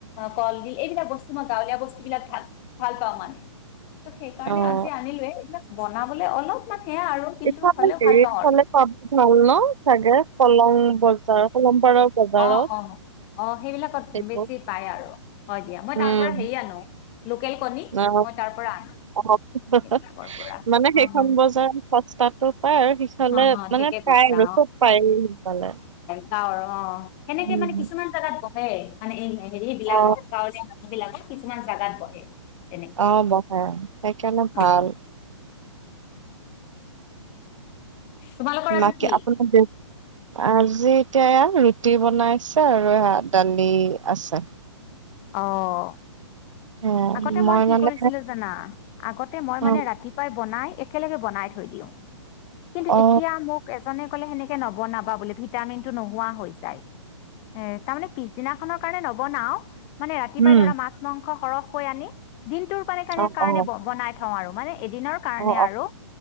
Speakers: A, on the left; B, on the right.
A: কলডিল এইবিলাক বস্তু মই গাঁৱলীয়া বস্তুবিলাক ভ ভাল পাওঁ মানে তো সেইকাৰণে
B: অ'।
A: আছ আনিলোৱে, এইবিলাক বনাবলে অলপমান সেয়া আৰু কিন্তু
B: ইফালে
A: হলেও
B: হেৰিৰ
A: ভাল পাওঁ
B: ফালে
A: আৰু।
B: পাব ভাল ন চাগে কলং বজাৰ কলমপাৰৰ বজাৰত
A: অ অ অ সেইবিলাকত
B: সেইবোৰ
A: বেছি পাই আৰু। হয় দিয়া, মই
B: উম,
A: তাৰ পৰা হেৰি আনো। লোকেল কণী
B: অ
A: মই তাৰ পৰা আনো
B: অ হ হ
A: সেইবিলাকৰ
B: হ,
A: পৰা
B: মানে
A: হা
B: সেইখন
A: হা
B: বজাৰত সস্তাতটো পায় আৰু সিফালে
A: হা হা
B: মানে
A: ঠিকে
B: পায়
A: কৈছা
B: আৰু চব পায়ে সিফালে।
A: আও ৰ। সেনেকে
B: উম।
A: মানে কিছুমান জাগাত ব হয়েই মানে এই নাই হেৰি বিলাকৰ
B: অ
A: গাঁৱলীয়া বিলাকৰ কিছুমান জাগাত বহে। তেনেকে
B: অ বহে, সেইকাৰণে
A: অ
B: ভাল।
A: তোমালোকৰ
B: বাকী
A: আজি কি?
B: আপোনাৰ দে আজি এতিয়া এয়া ৰুটি বনাইছে, আৰু এয়া দালি আছে।
A: অহ।
B: সেয়াই
A: আগতে মই কি
B: মানে
A: কৰিছিলো জানা, আগতে মই মানে
B: অ
A: ৰাতিপুৱাই বনাই একেলগে বনাই থৈ দিওঁ। কিন্তু
B: অ
A: এতিয়া মোক এজনে কলে সেনেকে নবনাবা বোলে, ভিটামিন টো নোহোৱা হৈ যায়। এ তাৰমানে পিছদিনাখনৰ কাৰণে নবনাও। মানে ৰাতিপাই
B: উম
A: ধৰা মাছ মং ংস সৰহ হৈ আনি, দিনটোৰ পাৰে কানে
B: অ
A: কাৰনে
B: অ
A: কাৰণে বনাই থওঁ আৰু। মানে এদিনৰ কাৰণে
B: অ অ
A: আৰু।